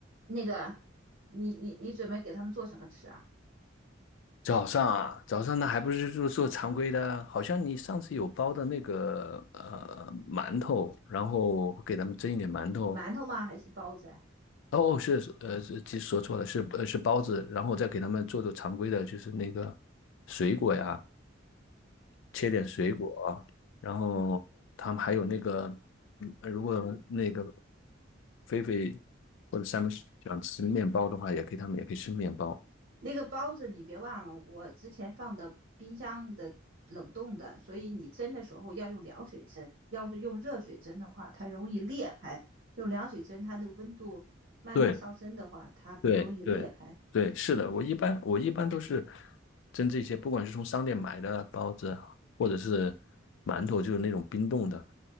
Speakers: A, on the right; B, on the left.
A: 那个，你你你准备给他们做什么吃啊？
B: 早上啊，早上那还不是就做常规的？好像你上次有包的那个呃馒头，然后给他们蒸一点馒头。
A: 馒头吗？还是包子啊
B: 哦，是呃，是其实说错了，是呃是包子，然后再给他们做做常规的，就是那个水果呀，切点水果啊然后他们还有那个，
A: 嗯嗯，
B: 嗯，如果那个菲菲或者山姆喜欢吃面包的话，也可以，他们也可以吃面包。
A: 那个包子你别忘了，我之前放的冰箱的冷冻的，所以你蒸的时候要用凉水蒸。要是用热水蒸的话，它容易裂开；用凉水蒸，它的温度慢慢上升的话，
B: 对，
A: 它不容易裂开。
B: 对对对，是的，我一般我一般都是蒸这些，不管是从商店买的包子，或者是馒头，就是那种冰冻的，